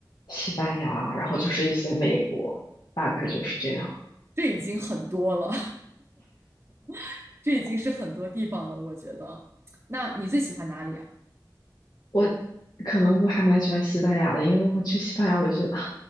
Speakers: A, on the left; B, on the right.
A: 西班牙，然后就是一些美国，大概就是这样。
B: 这已经很多了，<laughs> 这已经是很多地方了，我觉得。那你最喜欢哪里啊？
A: 我可能我还蛮喜欢西班牙的，因为我去西班牙，我觉得啊，